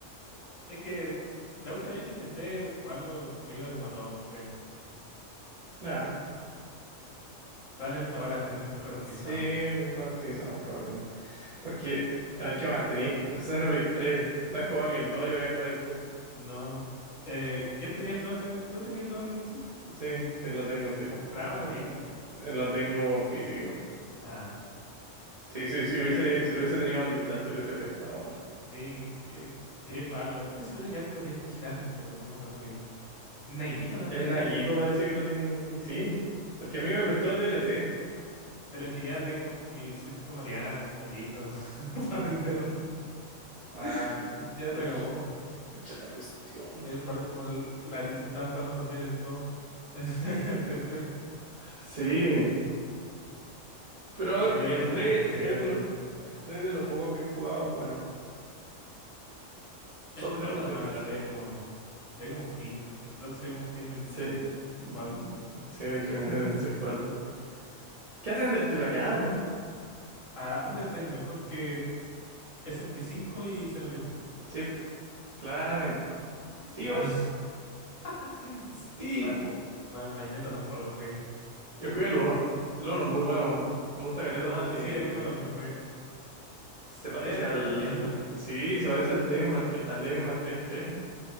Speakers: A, on the left (about 80°); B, on the right (about 50°).
A: Es que la última vez que intenté jugarlo me iba como a dos frames.
B: Ah,
A: Probablemente ahora esté me- mejor optimizado.
B: sí, mejor optimizado probablemente. Porque, a ver qué más tenéis. Xenoblade 3. No he jugado ni el 2 y voy a jugar el tres
A: No. Eh, ¿quién tenía el don? eh, ¿Tú tenías el don
B: Mm,
A: Switch?
B: Sí, sí, lo tengo en Switch.
A: ¿Comprado en la tienda?
B: Eh, Lo tengo en físico.
A: Ah,
B: Sí, sí, sí hubiese,
A: ¿qué?
B: si lo hubiese tenido en digital, te lo hubiese prestado. weón.
A: Sí, que- quería jugarlo. Estoy seguro que alguien lo tiene en digital, pero no me acuerdo quién. Nayito tal
B: El
A: vez
B: Naguito
A: era.
B: parece que lo tiene en DC. Porque a mí me prestó el DLC.
A: Pero es que ya tengo mi Switch formateada, así como listo <laughs> para vender.
B: Ah,
A: <laughs> Ya
B: pucha.
A: se acabó.
B: Pucha la cuestión.
A: Voy a jugar como el Larizo, estaba jugando también el 2 en <laughs> el PC,
B: Sí, pero
A: que se veía
B: el
A: como,
B: tres
A: se
B: el
A: veía
B: tres
A: como
B: de lo,
A: el uno
B: el 3 de lo poco que he jugado, bueno.
A: El
B: Solo
A: prota
B: tengo que
A: nomás,
B: terminarlo.
A: se ve como, se ve como Flynn, el prota se ve como Flynn del,
B: Sí.
A: del
B: Mm,
A: 4.
B: Sí, el Shin Megami Tensei 4. ¿Qué hace Undertale acá, weón?
A: Ah, Undertale mejor que SMT5 y Xenoblade 3.
B: Sí, po. Claramente. Sí,
A: Ah,
B: oye.
A: <laughs>
B: Sí,
A: Ba-
B: po.
A: bueno, Bayonetta tampoco lo jugué.
B: Yo jugué el uno, El uno es muy bueno, weón. Me gusta Caleta
A: No,
B: porque
A: sí, el uno también lo jugué.
B: se parece
A: Es
B: al...
A: enfermo,
B: Sí, se parece al Devil May Cry, al Devil May Cry 3.